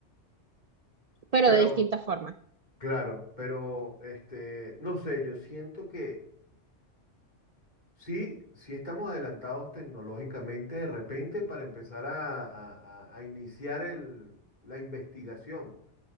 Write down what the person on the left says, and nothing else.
Pero
Claro, pero este, no sé, yo siento que sí, sí estamos adelantados tecnológicamente de repente para empezar a, a- a- a iniciar el- la investigación,